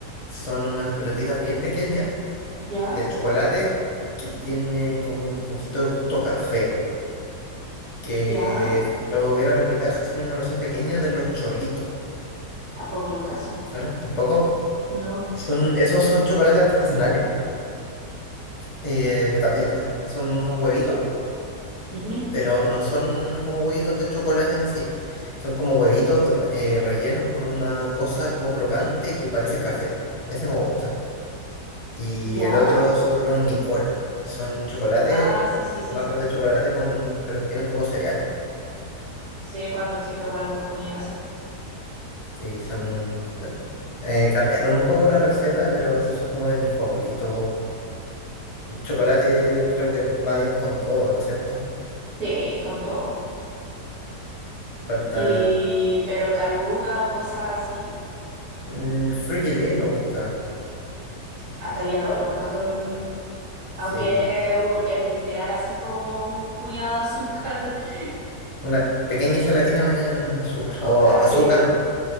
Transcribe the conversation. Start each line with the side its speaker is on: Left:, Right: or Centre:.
Left: son unas pelotitas bien pequeñas
Right: ¿ya?
Left: de chocolate que tienen como un poquito de gusto a café, que
Right: ¿Ya?
Left: si lo hubiera replicar son una versión pequeña de los cholitos.
Right: Tampoco los cacho,
Left: ¿Te ¿Suena? Tampoco.
Right: ¿no?
Left: Son, esos son chocolates artesanales, eh, que también que son unos huevitos,
Right: ujú,
Left: pero no son como huevitos de chocolate en sí, son como huevitos de re- eh, rellenos con una cosa como crocante que parece café. Ese me gusta. Y
Right: ¿Ya?
Left: el otro son los Nicolo, que son chocolate,
Right: Ah, sí, sí, sí,
Left: barras
Right: sí.
Left: de chocolate con, pero que tienen como cereal.
Right: Sí, cuando chica igual los comía eso.
Left: Sí, son... eh, cambiaron un poco la receta, pero esos son como de mis favoritos. El chocolate creo que va bien con todo, ¿no es cierto?
Right: Sí, con todo.
Left: Falta...
Right: Y, pero caluga o cosas así,
Left: mm, frugelé me gustan,
Right: hasta el día de hoy lo encuentro rico yo. Aunque
Left: sí.
Right: es un- es literal así como un puñado de azúcar, <laughs>
Left: Una pequeña gelatina bañada en azúcar.
Right: no,
Left: O
Right: así,
Left: azúcar,